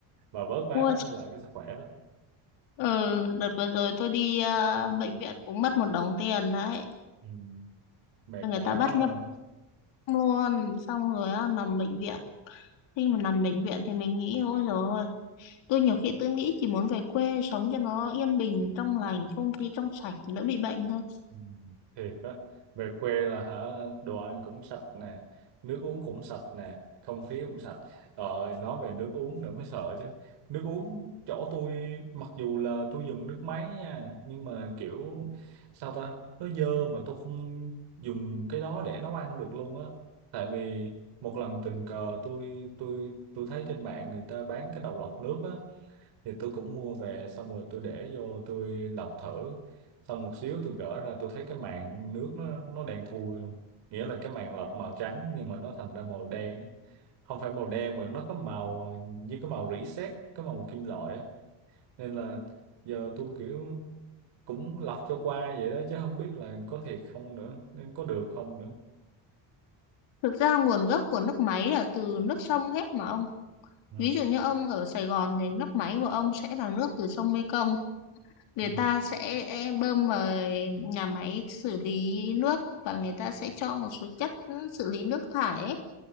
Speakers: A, on the right; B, on the left.
A: bà vớt vát
B: mua
A: lại cái sức khỏe đó
B: ừ, đợt vừa rồi tôi đi ờ, bệnh viện cũng mất một đống tiền đấy
A: ừ, mệt
B: người
A: mỏi
B: ta bắt
A: quá ha.
B: nhập luôn xong rồi á, nằm bệnh viện khi mà nằm bệnh viện thì mình nghĩ ôi rồi Tôi nhiều khi tôi nghĩ chỉ muốn về quê sống cho nó yên bình, trong lành, không khí trong sạch thì đỡ bị bệnh thôi.
A: Ừ, thiệt á về quê là hả đồ ăn cũng sạch nè nước uống cũng sạch nè không khí cũng sạch rồi nói về nước uống nữa mới sợ chứ nước uống chỗ tôi mặc dù là tôi dùng nước máy nha nhưng mà kiểu sao ta nó dơ mà tôi không dùng cái đó để nấu ăn được luôn á tại vì một lần tình cờ tôi tôi tôi thấy trên mạng người ta bán cái đầu lọc nước á thì tôi cũng mua về xong rồi tôi để vô tôi lọc thử xong một xíu tôi gỡ ra tôi thấy cái màng nước nó nó đen thui luôn nghĩa là cái màng lọc màu trắng nhưng mà nó thành ra màu đen á. không phải màu đen mà nó có màu ờ, như cái màu rỉ sét cái màu kim loại á nên là giờ tôi kiểu cũng lọc cho qua vậy đó chứ không biết là có thiệt không nữa nên có được không nữa
B: Thực ra nguồn gốc của nước máy là từ nước sông hết mà ông.
A: ừ.
B: Ví dụ như ông ở Sài Gòn thì nước máy của ông sẽ là nước từ sông Mekong. Người
A: Ừ.
B: ta sẽ e, bơm vào nhà máy xử lý nước và người ta sẽ cho một số chất xử lý nước thải ấy.